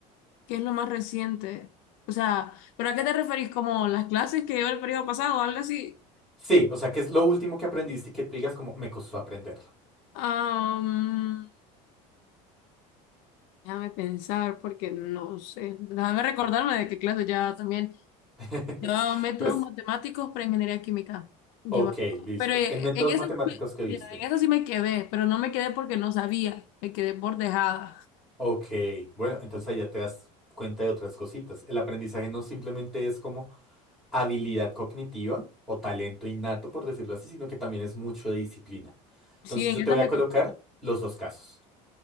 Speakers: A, on the left; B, in the centre.
A: ¿Qué es lo más reciente? O sea, ¿pero a qué te referís? ¿Como las clases que lleva el periodo pasado o algo así?
B: Sí, o sea, ¿qué es lo último que aprendiste y que tú digas como me costó aprenderlo?
A: Am, déjame pensar porque no sé. Déjame recordarme de qué clase ya también.
B: <laughs>
A: Llevaba métodos
B: ¿Ves?
A: matemáticos para ingeniería química. Llevaba.
B: Ok, listo.
A: Pero eh,
B: En métodos
A: en eso,
B: matemáticos que
A: mira,
B: viste.
A: en eso sí me quedé, pero no me quedé porque no sabía, me quedé por dejada.
B: Ok, bueno, entonces ahí ya te das cuenta de otras cositas. El aprendizaje no simplemente es como habilidad cognitiva o talento innato, por decirlo así, sino que también es mucho de disciplina. Entonces
A: Sí, en
B: yo
A: esa
B: te voy
A: me
B: a colocar
A: quedé.
B: los dos casos.